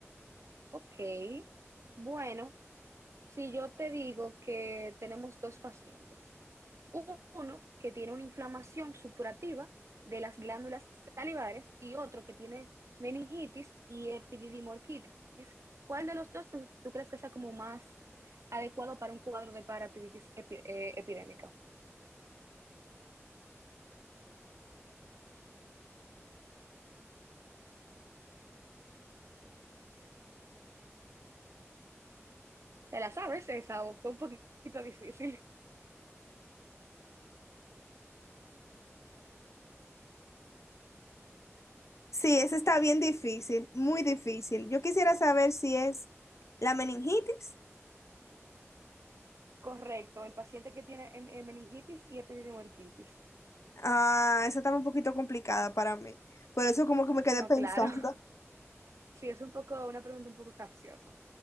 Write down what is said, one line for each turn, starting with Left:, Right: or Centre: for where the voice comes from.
Right: Ok, bueno, si yo te digo que tenemos dos pacientes, uno que tiene una inflamación supurativa de las glándulas salivares y otro que tiene meningitis y epididimorquitis. ¿Cuál de los dos tú, tú crees que sea como más adecuado para un cuadro de paratitis epi eh, epidémica? ¿Te la sabes esa o fue un poquito <laughs> difícil?
Left: Sí, esa está bien difícil, muy difícil. Yo quisiera saber si es la meningitis.
Right: Correcto, el paciente que tiene en- en meningitis y epididimorquitis.
Left: Ah, esa está un poquito complicada para mí. Por eso como que me quedé
Right: No,
Left: pensando.
Right: claro. <laughs> Sí, es un poco, una pregunta un poco capciosa.